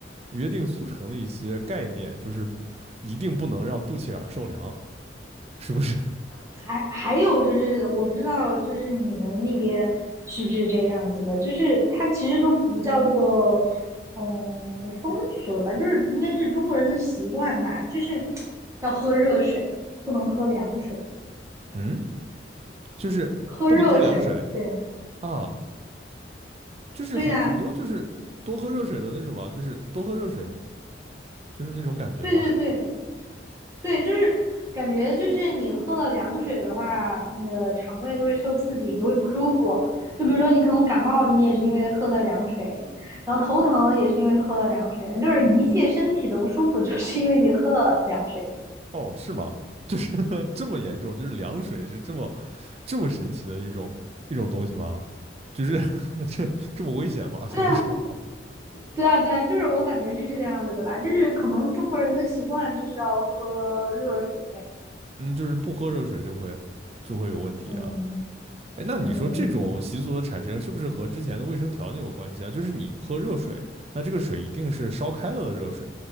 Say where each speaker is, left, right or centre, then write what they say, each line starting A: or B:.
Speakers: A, on the right; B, on the right.
A: 约定俗成的一些概念，就是一定不能让肚脐眼儿受凉，是不是？
B: 还还有就是，我不知道，就是你们那边是不是这个样子的？就是它其实都不叫做，嗯，风俗了吧？就是应该是中国人的习惯吧？就是要喝热水，不能喝凉水，
A: <laughs> 嗯，就是不能喝凉水
B: 喝热水。对，
A: 啊，就是很很多就是多喝热水的那种嘛，
B: 对的啊
A: 就是多喝热水，就是那种感觉嘛。
B: 对对对，对，就是感觉就是你喝了凉水的话，你的肠胃就会受刺激，你就会不舒服。就比如说你可能感冒，你也是因为喝了凉水，然后头疼也是因为喝了凉水，就是一切身体的不舒服，就是因为你喝了凉水。
A: 哦，是吗？就是 <laughs> 这么严重，就是凉水是这么这么神奇的一种一种东西吗？就是 <laughs> 这这么危险吗？就是说，
B: 对啊，对啊，对啊，就是我感觉是这个样子的吧，就是可能中国人的习惯就是要喝热水。
A: <laughs> 嗯，就是不喝热水就会就会有问题啊。
B: 嗯
A: 哎，那你说这种习俗的产生是不是和之前的卫生条件有关系啊？
B: 嗯，
A: 就是你喝热水，那这个水一定是烧开了的热水，